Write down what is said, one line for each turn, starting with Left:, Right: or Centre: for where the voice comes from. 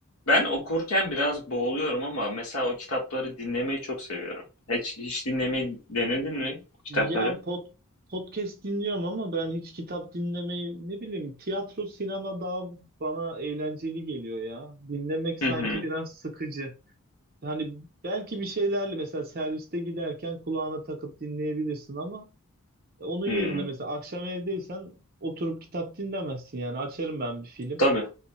Left: ben okurken biraz boğuluyorum ama mesela o kitapları dinlemeyi çok seviyorum. Hiç hiç dinlemeyi denedin mi o kitapları?
Right: Ya pod, podcast dinliyorum ama ben hiç kitap dinlemeyi ne bileyim tiyatro, sinema daha bana eğlenceli geliyor ya. Dinlemek sanki
Left: Hı hı.
Right: biraz sıkıcı. Hani belki bir şeylerle mesela serviste giderken kulağına takıp dinleyebilirsin ama onun yerine
Left: Hı.
Right: mesela akşam evdeysen oturup kitap dinlemezsin yani. Açarım ben bir film.
Left: Tabii,